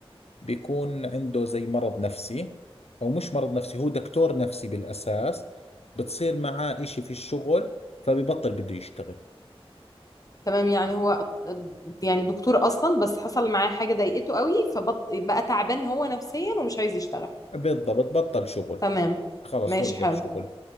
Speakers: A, on the left; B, on the left.
A: بيكون عنده زي مرض نفسي او مش مرض نفسي هو دكتور نفسي بالاساس بتصير معاه اشي في الشغل فببطل بده يشتغل
B: تمام يعني هو يعني دكتور اصلا بس حصل معاه حاجة ضايقته قوي فبقى تعبان هو نفسيا ومش عايز يشتغل
A: بالضبط بطل شغل
B: تمام
A: خلص
B: ماشي
A: وقف
B: حلو
A: شغل